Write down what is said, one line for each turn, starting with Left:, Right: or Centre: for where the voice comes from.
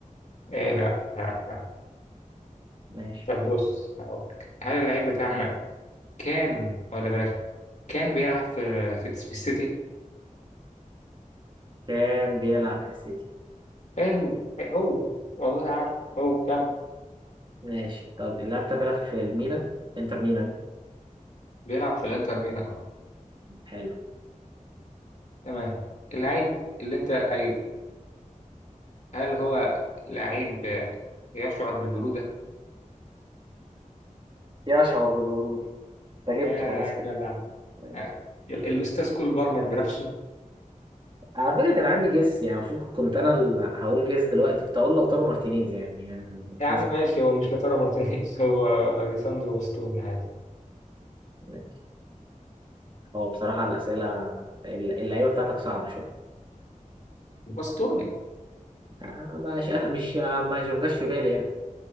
Left: إيه لا لا لا
Right: ماشي
Left: طب بص هقولك هل اللعيب بتاعنا كان ولا بلاش كان بيلعب في في, في السيتي
Right: كان بيلعب في السيتي
Left: حلو إيه هو والله عارف هو كان
Right: ماشي طب اللاعب ده بيلعب في الميلان انتر ميلان
Left: بيلعب في الانتر ميلان اه
Right: حلو
Left: تمام اللعيب اللي انت قايله هل هو لعيب آه، يشعر بالبرودة
Right: يشعر بالبرودة انت جبته
Left: يا
Right: خلاص كده
Left: جدع
Right: ماشي
Left: آه، ال- الأستاذ كول بارمر بنفسه
Right: على فكرة كان عندي جيس يعني المفروض كنت انا اللي هقول جيس دلوقتي كنت هقول لوتارو مارتينيز يعني يعني
Left: يا عم
Right: جيس ب-
Left: ماشي هو مش لاتارو مارتينيز هو أليساندرو باستوني عادي
Right: ماشي هو بصراحة الأسئلة ال- اللعيبة بتاعتك صعبة شوية
Left: باستوني
Right: آه، مش مش آه، ما جاش في بالي يعني